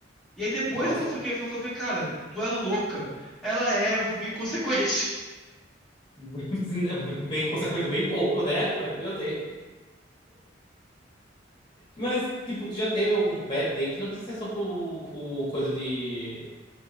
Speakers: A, in the centre; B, on the left (about 25°).
A: E aí depois
B: Nossa,
A: é que eu fiquei, foi que eu falei, cara, tu é louca. Ela é, eu fui bem inconsequente. <laughs>
B: <laughs> bem consequente, bem pouco, né? Mas, Meu Deus. Mas, tipo, tu já teve algum bad date? Não precisa ser só por, por coisa de,